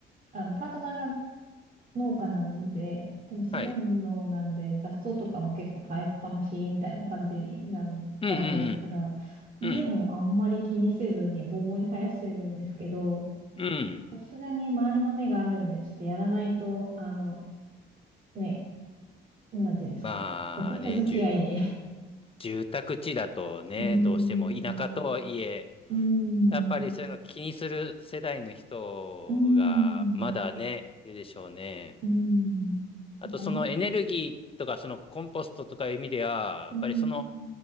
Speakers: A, on the right; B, on the left.
A: あの、パートナーが農家なんで、でも自然農なんで雑草とかも結構生えっぱなしみたいな感じなんだもんですから、
B: はい。うんうん
A: 家もあんまり気にせずにボーボーに生やしてるんですけど、
B: うん。うん。うん。
A: さすがに周りの目があるんで、ちょっとやらないと、あの、ね、なんていうんですか、
B: まあね、
A: ご近所付き合いに
B: 住住宅地だとね、
A: うーん、
B: どうしても田舎とはいえ、
A: うーん、
B: やっぱりそういうの気にする世代の人がまだね、
A: うーん、
B: いるでしょうね。
A: うーん、
B: あとそのエネルギーとかそのコンポストとかいう意味では、
A: なんか、う
B: やっぱりその
A: ーん、